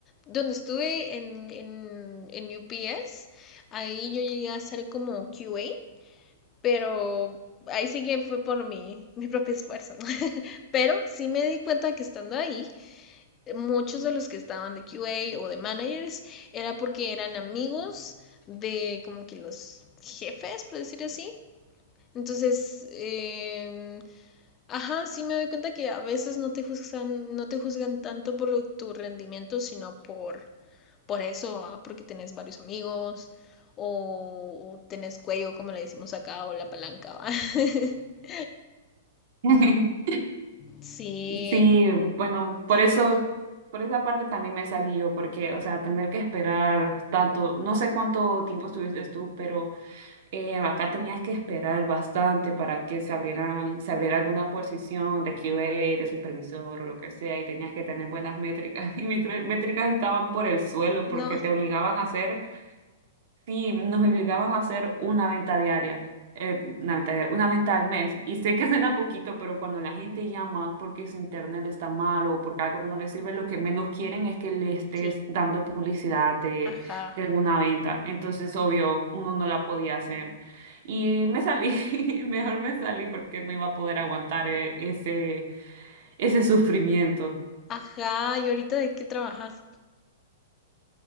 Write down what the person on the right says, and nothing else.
<laughs>
Sí, bueno, por eso, por esa parte también me salí yo, porque, o sea, tener que esperar tanto, no sé cuánto tiempo estuviste tú, pero Eh, acá tenías que esperar bastante para que se abrieran, se abriera alguna posición de QA, de supervisor o lo que sea, y tenías que tener buenas métricas. <laughs> Y mis re- métricas estaban por el suelo
porque te obligaban a hacer Sí, nos obligaban a hacer una venta diaria, eh, una venta diaria, una venta al mes. Y sé que suena poquito, pero cuando la gente llama porque su internet está mal o porque algo no le sirve, lo que menos quieren es que le estés
dando publicidad de,
de alguna venta. Entonces, obvio, uno no la podía hacer. Y me salí, <laughs> mejor me salí porque no iba a poder aguantar eh, ese, ese sufrimiento.